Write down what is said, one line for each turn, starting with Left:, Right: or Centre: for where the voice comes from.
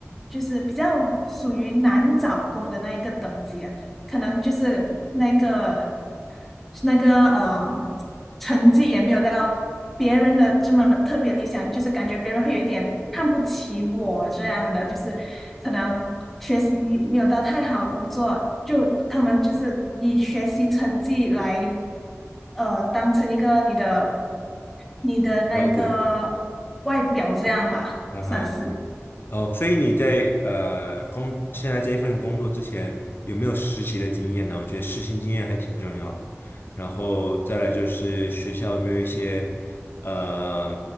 Centre: 就是比较属于难找工的那一个等级啊，可能就是那个。是那个呃，成绩也没有到别人的这么特别理想，就是感觉别人会有一点看不起我这样的，就是可能学习没有到太好，工作就他们就是以学习成绩来呃当成一个你的你的那个外表这样吧，
Left: 标准。嗯哼嗯哦，
Centre: 算是。
Left: 所以你在呃工现在这一份工作之前有没有实习的经验呢？我觉得实习经验还挺重要的。然后再来就是学校有没有一些呃